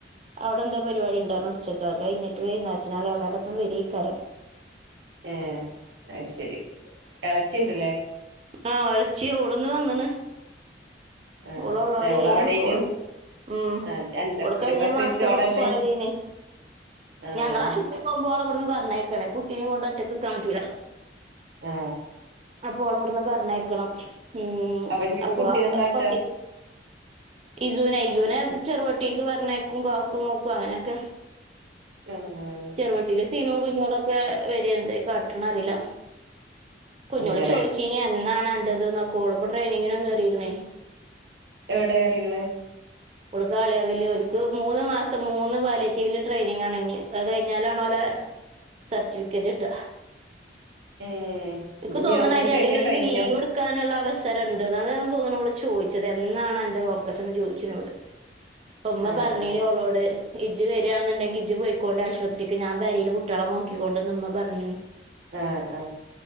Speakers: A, on the right; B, on the right.
A: അവിടെ എന്തോ പരിപാടിണ്ടർഞ്ഞ് ഉച്ചക്ക്. അത് കഴിഞ്ഞിട്ട് വൈന്നേരത്തിനള്യാക്കാൻ്റൊപ്പം വര്വേക്കാരം
B: ഏ അഅ്ശരി എളച്ചിണ്ട്ലേ
A: ആ എൾച്ചി ഓള്ന്ന് വന്ന്ണ്
B: ആഹ്
A: ഓള് ഓളോടേനു...
B: ഓള് അവിടേനു
A: ഓള് ഉം..
B: ആഹ് അന്റെ
A: ഓള്
B: ഇജ്ജ്
A: കയ്ഞ്ഞ
B: പ്രസവിച്ചോളല്ലേ
A: മാസം പോയതേനി.
B: ആഹ്
A: ഞങ്ങള <inaudible> പോകുമ്പോളെവട്ന്ന് പറഞ്ഞേക്കണെ. കുട്ടിനിം കൊണ്ട് ഒറ്റക്ക്ക്കാൻ പറ്റൂല
B: ഏ....
A: അപ്പോളവട്ന്ന് പറഞ്ഞേക്കണം. ഉം
B: ഇനിയിപ്പോ
A: അപ്പൊ
B: കുട്ടീനെന്താട്ടാ
A: പത്തി ഇസൂനെ ഇസൂനെ ചെറുവട്ടീക്ക് പറഞ്ഞയക്കും. കാക്കു നോക്കും അങ്ങനൊക്കെ
B: തന്നേ...
A: ചെറുവട്ടീലെ സിനും കുഞോളൊക്കെ വര് എന്തേ കാട്ടണേ അറീല കുഞ്ഞോള്
B: അങ്ങനെ
A: ചോയ്ച്ചീനി എന്നാണ് അന്റത് നൊക്കെ. ഓള്പ്പൊ ട്രെയിനിങ്ങിനൊ കേറിക്ക്ണേ
B: എവിടെ കേറീക്ക്ണ
A: ഓള് കാളികാവില്. ഓൽക്ക് മൂന്ന് മാസം മൂന്ന് പാലിയേറ്റീവില് ട്രെയിനിങ്ങാണ് ന്നി അഅ് കഴിഞ്ഞാലാണോലെ സർട്ടിഫിക്കറ്റ്ട്ട
B: ഏ
A: ഇൻക്ക്
B: ഇനി
A: തോന്ന്ണ്
B: അതും കൂടി
A: അയ്ന്റെ
B: കഴിഞ്ഞാ
A: എടേല് ഓൽക്ക്
B: കഴിഞ്ഞോ
A: ലീവ് ട് ക്കാന്ള്ള അവസരണ്ട്. അതാണ് തോന്നണോള് ചോയ്ച്ചത്. എന്നാണൻ്റെ ഓപ്പറേഷൻ ന്ന് ചോയ്ച്ച്ന്നോട്
B: <inaudible>
A: പ്പമ്മ
B: ആഹ്
A: പറഞ്ഞീനി
B: ആഹ്
A: ഓളോട് ഇജ് വരാന്ന്ണ്ടെങ്കി ഇജ് പൊയിക്കോണ്ടി ആശുപത്രിക്ക്, ഞാൻ പെരേല് കുട്യളെ നോക്കിക്കൊണ്ട് ന്ന്മ്മ പറഞ്ഞീനി
B: ഏ... ഏ...